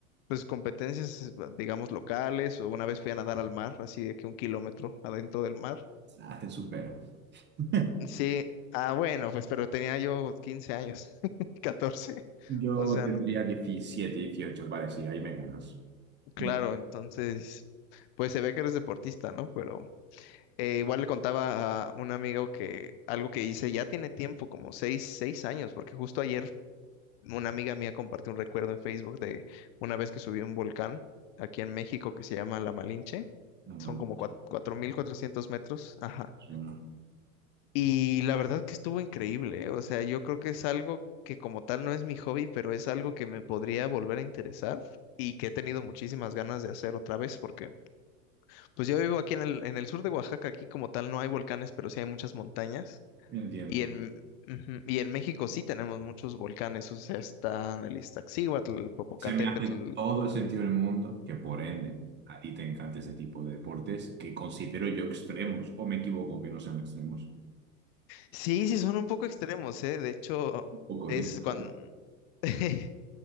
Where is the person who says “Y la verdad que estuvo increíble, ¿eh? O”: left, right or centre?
Left